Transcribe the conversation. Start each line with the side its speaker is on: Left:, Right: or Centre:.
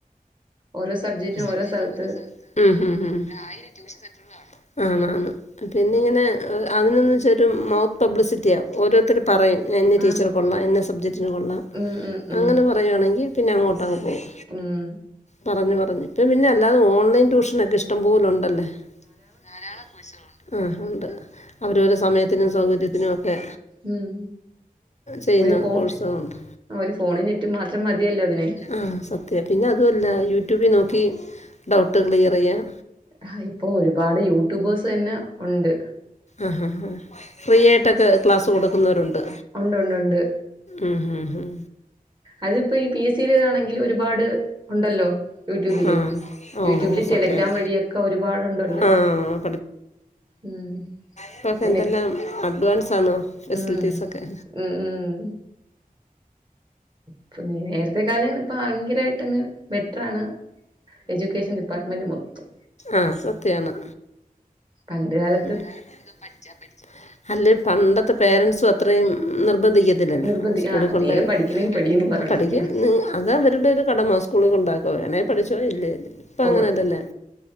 Right: ഓരോ സബ്ജക്റ്റിനും
Left: ഓരോ സബ്ജെക്ടിനും
Right: സ്ഥലത്ത്
Left: ഓരോ സാറ് ങ്ഹും ഹും ഹും ഒരായിരം ട്യൂഷൻ സെന്റർ കാണും. ആ ആന്ന്, ആന്ന് പിന്നിങ്ങനെ അതിനൊന്ന് വെച്ചാരു മൗത്ത് പബ്ലിസിറ്റിയാ ഓരോരുത്തര് പറയും. ഇന്ന ടീച്ചർ
Right: ആഹ്
Left: കൊള്ളാം ഇന്ന സബ്ജക്റ്റിന് കൊള്ളാം
Right: ഉം ഉം
Left: അങ്ങനെ
Right: ഉം
Left: പറയുവാണെങ്കി പിന്നെ അങ്ങോട്ടങ്ങ് പോകും.
Right: ഉം.
Left: പറഞ്ഞ്, പറഞ്ഞ് ഇപ്പം പിന്നെ അല്ലാതെ ഓൺലൈൻ ട്യൂഷനൊക്കെ ഇഷ്ടം പോലെ ഉണ്ടല്ലേ. ധാരാളം കോഴ്സോളുണ്ട് ആഹ് ഉണ്ട് അവരോര സമയത്തിനും സൗകര്യത്തിനും ഒക്കെ.
Right: ഉം
Left: ചെയ്യുന്ന
Right: ഒരു ഫോൺ
Left: കോഴ്സുകളുണ്ട്
Right: ഒരു ഫോണും നെറ്റും മാത്രം മതിയല്ലോ അതിന്.
Left: ആഹ് സത്യം പിന്നെ അതുല്ല യൂട്യൂബി നോക്കി ഡൗട്ട് ക്ലിയർ ചെയ്യാം.
Right: ആഹ് ഇപ്പൊ ഒരുപാട് യൂട്യൂബേഴ്സന്നെ ഉണ്ട്.
Left: ആഹാ ഹാ ഹാ ഫ്രീ ആയിട്ടൊക്കെ ക്ലാസ്സ് കൊടുക്കുന്നവരുണ്ട്.
Right: ഒണ്ട്ണ്ട് ഉണ്ട്.
Left: ഉം ഉം ഉം
Right: അതിപ്പോ ഈ പി എസ് സി ടെ ആണെങ്കിലും ഒരുപാട് ഉണ്ടല്ലോ യൂട്യൂബില്
Left: ആ ഓ
Right: യൂട്യൂബില് ടെലഗ്രാം
Left: സത്യമാണ്
Right: വഴിയൊക്കെ ഒരുപാടുണ്ടല്ലോ
Left: ആ
Right: ഉം
Left: ഇപ്പൊക്കെ
Right: നിനക്ക്
Left: എന്തെല്ലാം അഡ്വാൻസാണ് ഫെസിലിറ്റീസൊക്കെ
Right: ഉം ഉം ഉം ഇപ്പൊ നേരത്തെ കാലേന്ന് ഇപ്പ ഭയങ്കരമായിട്ടങ്ങ് ബെറ്ററാണ് എജ്യുക്കേഷൻ ഡിപാർട്ട്മെന്റ് മൊത്തം
Left: ആഹ് സത്യാണ്
Right: പണ്ട് കാല
Left: പണ്ട് കാലത്ത് ഒക്കെ പഠിച്ചാ പഠിച്ചു അല്ല പണ്ടത്തെ പേരന്റ്സും അത്രയും നിർബന്ധിക്ക ത്തില്ലല്ലോ
Right: നിർബന്ധി
Left: സ്കൂളിൽ
Right: ആ
Left: കൊണ്ടോയി
Right: നീയൊക്കെ പഠിക്കുന്നെങ്കി പഠീന്നും പറഞ്ഞോണ്ടിരിക്കും
Left: പഠിക്കന്ന് അതവരുടെ ഒരു കടമ സ്കൂളിൽ കൊണ്ടാക്കാ വേണേ പഠിച്ചോ ഇല്ലേ ഇല്ല ഇപ്പം
Right: പോട്ട്
Left: അങ്ങനെല്ലല്ലോ